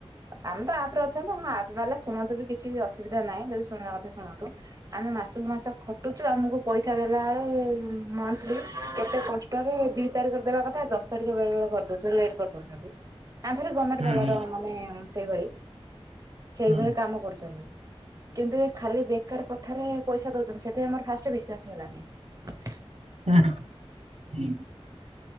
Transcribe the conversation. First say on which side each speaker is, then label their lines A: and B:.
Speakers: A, on the right; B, on the right.
A: ଆମେ ତ ଆପ୍ ରେ ଅଛନ୍ତି ହଁ ଆପ୍ ବାଲା ଶୁଣନ୍ତୁ ବି କିଛି ବି ଅସୁବିଧା ନାହିଁ ଯଦି ଶୁଣିବା କଥା ଶୁଣନ୍ତୁ। ଆମେ ମାସୁକୁ ମାସ ଖଟୁଛୁ ଆମକୁ ପଇସା ଦେଲା ଅଳୁ ମ ଲି କେତେ କଷ୍ଟରେ ଦି ତାରିଖରେ ଦେବା କଥା ଦଶ ତାରିଖ ବେଳେ ବେଳେ କରିଦଉଚ ଲେଟ୍ କରିଦଉଛନ୍ତି। ଆ ଥରେ ଗମେଣ୍ଟ
B: ହୁଁ
A: ବାଲାର
B: ହୁଁ
A: ମାନେ ସେଇଭଳି ସେଇଭଳି
B: ହୁଁ
A: କାମ କରୁଚନ୍ତି। କିନ୍ତୁ ଏ ଖାଲି ବେକାର କଥାରେ ପଇସା ଦଉଚନ୍ତି ସେଥିପାଇଁ ମୋର ଫାଷ୍ଟ୍ ବିଶ୍ୱାସ ହେଲାନି।
B: ହଁ ହୁଁ ହୁଁ